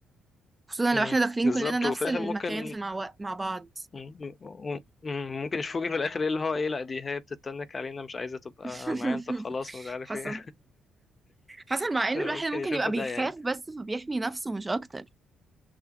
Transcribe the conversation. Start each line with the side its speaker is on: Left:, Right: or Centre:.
Right: خصوصا
Left: مم.
Right: لو احنا داخلين
Left: بالظبط
Right: كلنا نفس
Left: وفي الآخر
Right: المكان
Left: ممكن
Right: في مع, مع بعض
Left: مم. مم. ممكن يشوفوكي في الآخر إيه اللي هو إيه لأ دي هي بتتنك علينا مش عايزة تبقى
Right: <laughs>
Left: معايا أنت خلاص مش عارف
Right: حصل
Left: إيه
Right: حصل مع
Left: <laughs>
Right: ان
Left: ممكن
Right: الواحد ممكن
Left: يشوفوا
Right: يبقى بيخاف
Left: ده يعني
Right: بس فبيحمي نفسه مش اكتر